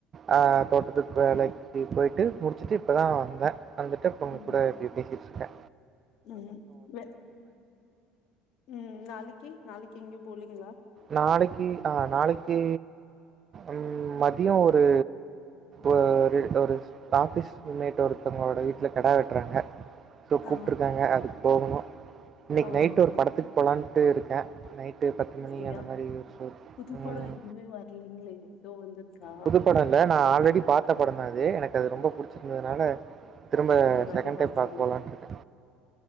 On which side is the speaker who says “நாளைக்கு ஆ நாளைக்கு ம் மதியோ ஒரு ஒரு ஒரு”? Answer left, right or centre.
Right